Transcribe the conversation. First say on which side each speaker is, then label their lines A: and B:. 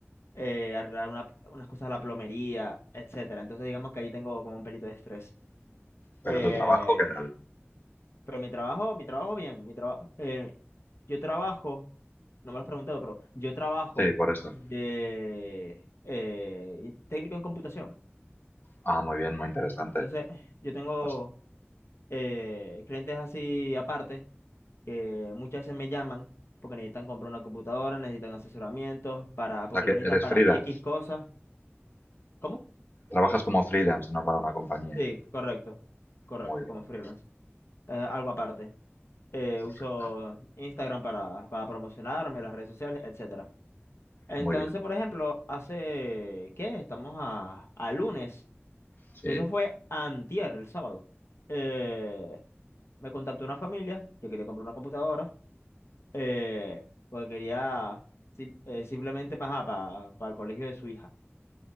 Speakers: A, on the left; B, on the left.
A: eh, arreglar una- unas cosas de la plomería, etcétera. Entonces digamos que ahí tengo como un pelito de estrés.
B: Pero
A: Eh,
B: tu trabajo, ¿qué tal?
A: Pero mi trabajo, mi trabajo bien, mi trabajo, yo trabajo, no me lo has preguntado, pero yo trabajo
B: Sí, por eso.
A: de eh, in- técnico en computación.
B: Ah, muy bien, muy interesante.
A: Entonces, yo tengo
B: O s-
A: eh, clientes así aparte que muchas veces me llaman porque necesitan comprar una computadora, necesitan asesoramiento para,
B: o
A: porque
B: sea que
A: lo necesitan
B: eres
A: para
B: freelance.
A: X cosas. ¿Cómo?
B: Trabajas como freelance, no para una compañía.
A: Sí, correcto, correcto,
B: Muy bien,
A: como freelance. Eh, algo aparte. Eh,
B: perfecto.
A: uso Instagram para, para promocionarme, las redes sociales, etcétera Entonces,
B: Muy bien,
A: por ejemplo, hace, ¿qué? Estamos a, a lunes.
B: sí.
A: Eso fue antier, el sábado. Eh, me contactó una familia que quería comprar una computadora, eh, porque quería sim- eh, simplemente para, para, para el colegio de su hija.